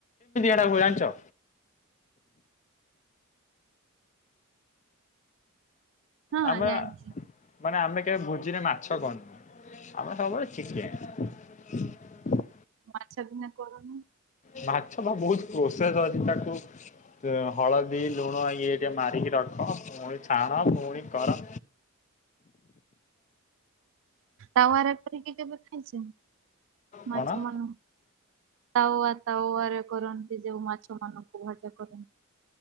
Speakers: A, on the left; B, on the right.
A: ଗଳଚ
B: ହଁ
A: ଆମେ
B: ଜାଣିଛି
A: ମାନେ ଆମେ କେବେ ଭୋଜିରେେ ମାଛ କନୁ ଆମେ ସବୁବେଳେ ିକେ
B: ମାଛ ବିନା କରନି
A: ମାଛ ତ ବହୁତ ପ୍ରୋସେସ ଅଛି ତାକୁ ହଳଦୀ ଲୁଣ ଇଏ ମାରିକି ରଖ ପୁଣି ଛାଣ ପୁଣି କର।
B: ତାୱ ଏପରେ କି କେବେ ଖାଇଛ? ମାଛ
A: କଣ
B: ମାନେ ତାୱଆ ତାୱ ରେ କରନ୍ତି ଯୋଉ ମାଛ। ମାନଙ୍କୁ ଭଜା କର।